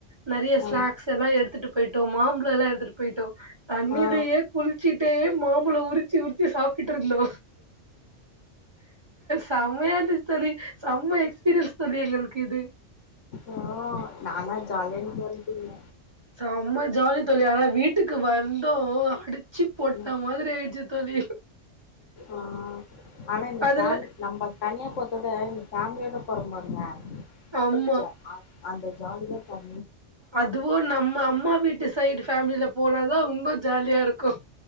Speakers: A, on the right (about 20°); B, on the left (about 75°).
A: நெறைய ஸ்நாக்ஸ்
B: ஆ
A: எல்லா எடு த்துட்டு போயிட்டோ மாம்பழோ எல்லா எடுத்துட்டு போய்ட்டோ தண்ணிலேயே
B: ஆ
A: குளிச்சிட்டே மாம்பழோ உரிச்சி உரிச்சி சாப்டுட்டு இருந்தோ செமயா இருந் தோழி செம எக்ஸ்பீரியன்ஸ் தோழி எங்களுக்கு இது
B: ஓ, நால் நாளு ஜாலியா இருந்துட்டு வந்துட்டீங்க
A: செம ஜாலி தோழி, ஆனா வீட்டுக்கு வந்து அடி ச்சி போட்ட
B: ம்
A: மாதிரி ஆயிடுச்சு தோழி
B: ஆ ஆனா இந்த
A: அதுல
B: ஃபேம், நம்ப தனியா போறத விட, இந்த ஃபேமிலியோட போறோ பாருங்க அப்பற
A: ஆமா
B: ஜா அ அந்த ஜாலிதா, த
A: அதுவு நம்ம அம்மா வீட்டு சைடு ஃபேமிலில போனாதா இன்னு ஜாலியா இருக்கு